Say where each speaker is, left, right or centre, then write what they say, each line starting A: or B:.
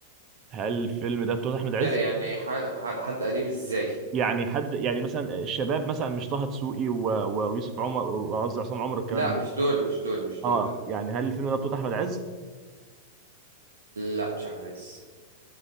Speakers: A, on the right; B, on the right.
A: هل الفيلم ده بطولة أحمد عز
B: لا يعني ح... ح... حد قديم ازاي
A: يعني حد يعني مثلا الشباب مثلا مش طه دسوقي و- و- ويوسف عمر وقصدي عصام عمر الكلام
B: لا مش
A: ده
B: دول مش دول مش دول
A: اه
B: لا
A: يعني هل الفيلم ده بطولة أحمد عز
B: لا مش احمد عز